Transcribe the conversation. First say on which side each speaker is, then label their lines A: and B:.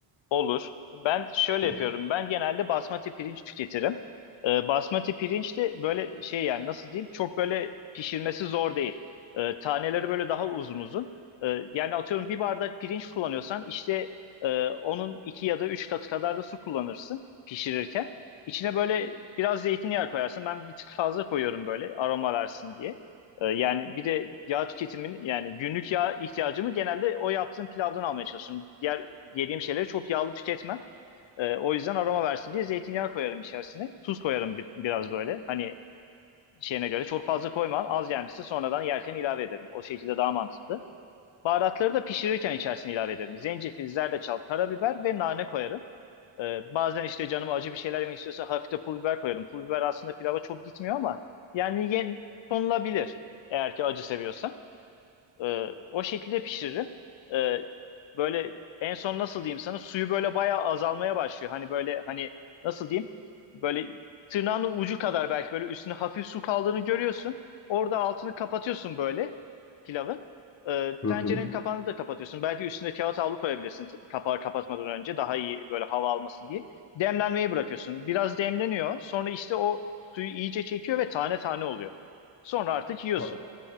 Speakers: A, on the left; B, on the left.
A: Olur. Ben şöyle
B: Hı,
A: yapıyorum. Ben genelde basmati pirinç tüketirim. Ee, basmati pirinç de böyle şey yani nasıl diyeyim çok böyle pişirmesi zor değil. Ee, taneleri böyle daha uzun uzun. Ee, yani atıyorum bir bardak pirinç kullanıyorsan işte e, onun iki ya da üç katı kadar da su kullanırsın pişirirken. İçine böyle biraz zeytinyağı koyarsın. Ben bir tık fazla koyuyorum böyle aroma versin diye. Ee, yani bir de yağ tüketimin yani günlük yağ ihtiyacımı genelde o yaptığım pilavdan almaya çalışıyorum. Diğer yediğim şeyleri çok yağlı tüketmem. Ee, o yüzden aroma versin diye zeytinyağı koyarım içerisine. Tuz koyarım bir- biraz böyle. Hani şeyine göre çok fazla koymam. Az gelmişse sonradan yerken ilave ederim. O şekilde daha mantıklı. Baharatları da pişirirken içerisine ilave ederim. Zencefil, zerdeçal, karabiber ve nane koyarım. Ee, bazen işte canım acı bir şeyler yemek istiyorsa hafif de pul biber koyarım. Pul biber aslında pilava çok gitmiyor ama yani yen, konulabilir eğer ki acı seviyorsan. Ee, o şekilde pişiririm. Ee, böyle en son nasıl diyeyim sana suyu böyle bayağı azalmaya başlıyor. Hani böyle hani nasıl diyeyim böyle tırnağının ucu kadar belki böyle üstüne hafif su kaldığını görüyorsun. Orada altını kapatıyorsun böyle pilavın. Ee,
B: hı
A: tencerenin
B: hı.
A: kapağını da kapatıyorsun. Belki üstüne kağıt havlu koyabilirsin t- kapağı kapatmadan önce daha iyi böyle hava alması diye. Demlenmeyi bırakıyorsun. Biraz demleniyor. Sonra işte o suyu iyice çekiyor ve tane tane oluyor. Sonra artık yiyorsun.
B: A-